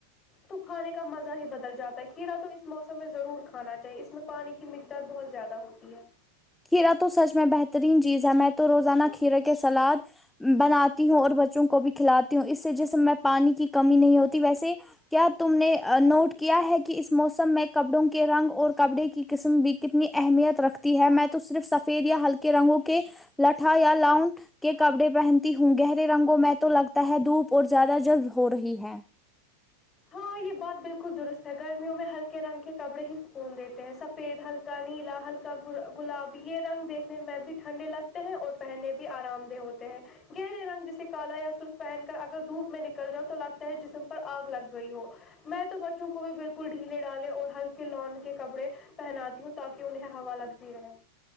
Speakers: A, on the left; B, in the centre.
A: تو کھانے کا مزہ ہی بدل جاتا ہے کھیرا تو اس موسم میں ضرور کھانا چاہیے اس میں پانی کی مقدار بہت زیادہ ہوتی ہے
B: کھیرا تو سچ میں بہترین چیز ہے میں تو روزانہ کھیرے کے سلاد بناتی ہوں اور بچوں کو بھی کھلاتی ہوں اس سے جیسے میں پانی کی کمی نہیں ہوتی ویسے کیا تم نے ا نوٹ کیا ہے کہ اس موسم میں کپڑوں کے رنگ اور کپڑے کی قسم بھی کتنی اہمیت رکھتی ہے میں تو صرف سفید یا ہلکے رنگوں کے لاٹھا یا لاؤن کے کپڑے پہنتی ہوں گہرے رنگوں میں تو لگتا ہے دھوپ اور زیادہ جذب ہو رہی ہے
A: ہاں یہ بات بالکل درست ہے گرمیوں میں ہلکے رنگ کے کپڑے ہی سکون دیتے ہیں سفید ہلکے کا نیلا ہلک گلابی یہ رنگ دیکھنے میں بھی ٹھنڈے لگتے ہیں اور پہننے بھی آرام ہوتے ہیں گہرے رنگ جیسے کالا یا سرخ پہن کر اگر دھوپ میں نکل جاؤ تو لگتا ہے جسم پر آگ لگ گئی ہو میں تو بچوں کو بھی بالکل ڈھیلے ڈالے اور ہلکے لان کے کپڑے پہناتی ہوں تاکہ انہیں ہوا لگتی رہے